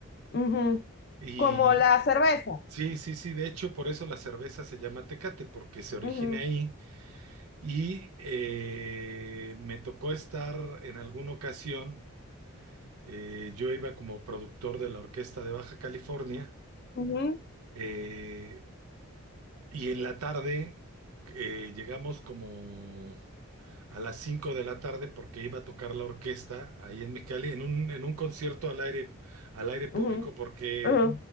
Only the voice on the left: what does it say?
ujú.
Como la cerveza.
ujú.
Ujú,
ujú,
ujú,